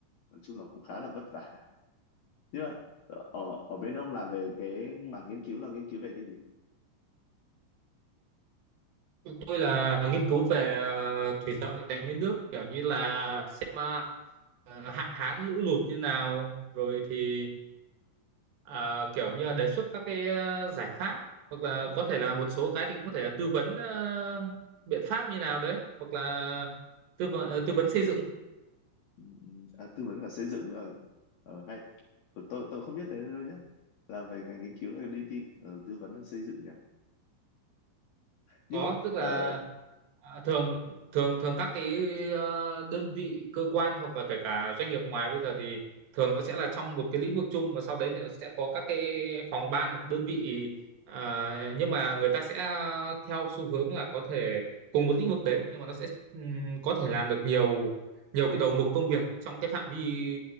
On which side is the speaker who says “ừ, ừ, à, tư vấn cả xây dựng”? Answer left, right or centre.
Left